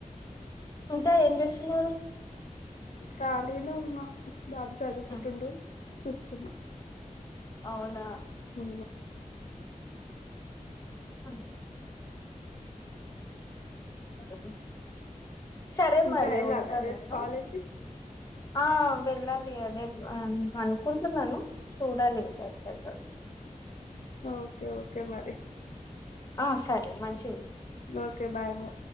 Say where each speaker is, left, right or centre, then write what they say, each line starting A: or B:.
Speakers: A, on the left (about 25°); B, on the left (about 65°).
A: ఇంకా ఏం జెస్తున్నారు.
B: కాలినే ఉన్నా. బాబు చదువుకుంటుండు
A: మ్మ్
B: చూస్తున్న.
A: అవ్నా
B: హ్మ
A: అ హలో సరే
B: ఇంకా
A: మరి
B: వెళ్ళాలా
A: ఉంటా
B: రేపు
A: నేను
B: కాలేజీ
A: ఆ వెళ్ళాలి అదే అనుకుంటున్నాను చూడాలి ఇంకా ఎట్లతుంది
B: ఓకే ఓకే క్కే మరి
A: ఆ సరే మంచి
B: ఓకే బాయ్ బై